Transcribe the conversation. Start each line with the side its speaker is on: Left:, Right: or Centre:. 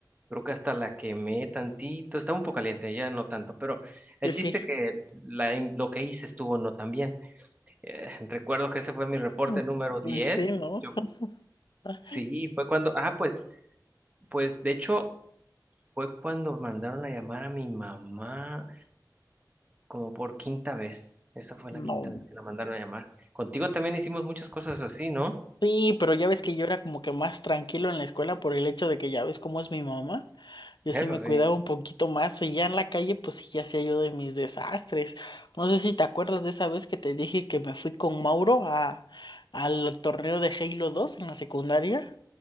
Right: creo que hasta la quemé tantito, estaba un poco caliente, ya no tanto, pero el
Left: Sí,
Right: chiste
Left: sí.
Right: que la, in- lo que hice estuvo no tan bien. Eh, recuerdo que ese fue mi reporte
Left: Ah,
Right: número
Left: Pues
Right: diez
Left: sí, ¿no?
Right: Yo-
Left: <laughs>
Right: sí, fue cuando, ah, pues pues de hecho fue cuando mandaron a llamar a mi mamá como por quinta vez. Esa fue
Left: No.
Right: la quinta vez que la mandaron a llamar. Contigo también hicimos muchas cosas así, ¿no?
Left: Sí, pero ya ves que yo era como que más tranquilo en la escuela por el hecho de que ya ves cómo es mi mamá. Yo
Right: Eso
Left: sí me
Right: sí.
Left: cuidaba un poquito más y ya en la calle pues sí ya hacía yo de mis desastres. No sé si te acuerdas de esa vez que te dije que me fui con Mauro a al torneo de Halo 2 en la secundaria